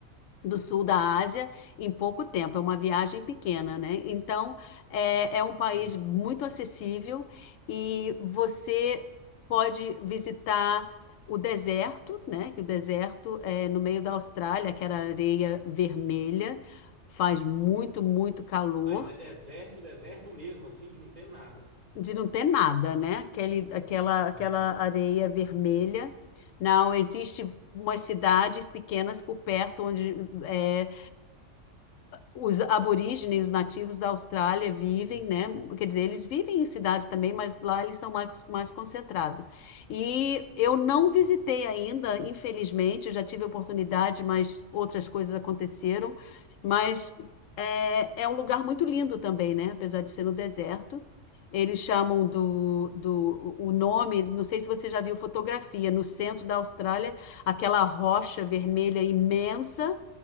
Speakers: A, on the left; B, on the right.
A: do sul da Ásia em pouco tempo. É uma viagem pequena, né? Então, é, é um país
B: isso.
A: muito acessível e você pode visitar o deserto, né? Que o deserto é no meio da Austrália, que era areia vermelha. Faz muito, muito calor.
B: Mas é deserto, deserto mesmo, assim, de não ter nada.
A: de não ter nada, né? Aquele, aquela, aquela
B: Aham,
A: areia vermelha. Não, existe umas cidades pequenas por perto onde eh, os aborígenes, os nativos da Austrália vivem,
B: Sim.
A: né? Quer dizer, eles vivem em cidades também, mas lá eles são mais, mais concentrados. E eu não
B: Aham,
A: visitei ainda, infelizmente, eu já tive oportunidade, mas outras coisas aconteceram. Mas é, é um lugar muito lindo também, né? Apesar de ser no deserto. Eles chamam do, do o nome, não sei se você já viu fotografia, no centro da Austrália, aquela rocha vermelha imensa